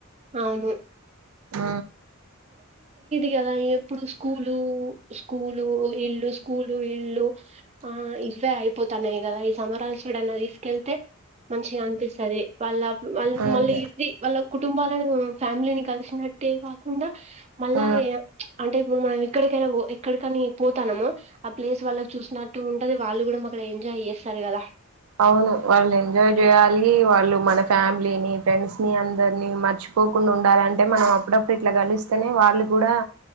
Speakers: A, on the right; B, on the right.
A: అవును
B: ఆ
A: గేద ఎప్పుడు స్కూలు స్కూలు ఇల్లు స్కూలు ఇల్లు ఆ ఇవే అయిపోతాన్నాయి కదా ఈ సంమరాలు చూడనా తీసుకెళ్తే మంచిగా అనిపిస్తది వాళ్ళ వాళ్ళ
B: అదే
A: మళ్ళీ ఇది వాళ్ళ కుటుంబాలను ఫ్యామిలీని కలిసినట్టే కాకుండా మళ్ళ
B: ఆ
A: ఏ అంటే ఇప్పుడు మనం ఎక్కడికైనా ఎక్కడికని పోతానమో ఆ ప్లేస్ వాళ్ళకి చూసినట్టు ఉంటది వాళ్ళు కూడా మాక్కడ ఎంజా జాయ్ చేస్తారు కదా
B: అవును వాళ్ళు ఎంజాయ్ చేయాలి వాళ్ళు మన ఫ్యామిలీని ఫ్రెండ్స్ ని అందరినీ మర్చి పోకుండా ఉండాలి అంటే మనం అప్పుడప్పుడు ఇట్లా కలిస్తేనే వాళ్ళు కూడా